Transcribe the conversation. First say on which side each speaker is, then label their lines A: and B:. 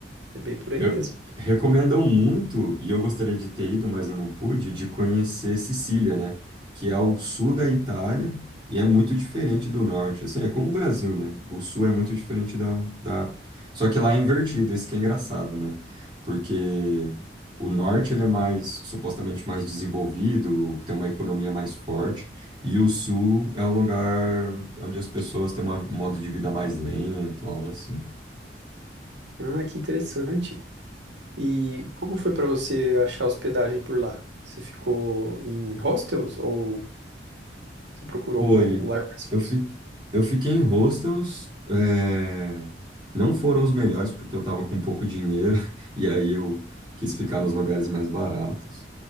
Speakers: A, on the right; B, on the right.
A: É bem por aí
B: Eu
A: mesmo.
B: recomendam muito, e eu gostaria de ter ido, mas eu não pude, de conhecer Sicília, né? Que é o sul da Itália e é muito diferente do norte. Assim, é como o Brasil, né? O sul é muito diferente da, da... Só que lá é invertido, isso que é engraçado, né? Porque o norte ele é mais, supostamente mais desenvolvido, tem uma economia mais forte, e o sul é um lugar onde as pessoas têm uma- um modo de vida mais lento, algo assim.
A: Ah, que interessante. E como foi para você achar hospedagem por lá? Você ficou em hostels ou você procurou
B: Foi.
A: algum lugar mais fixo?
B: Eu fiquei, eu fiquei em hostels, é, não foram os melhores porque eu estava com pouco dinheiro <laughs> e aí eu quis ficar nos lugares mais baratos.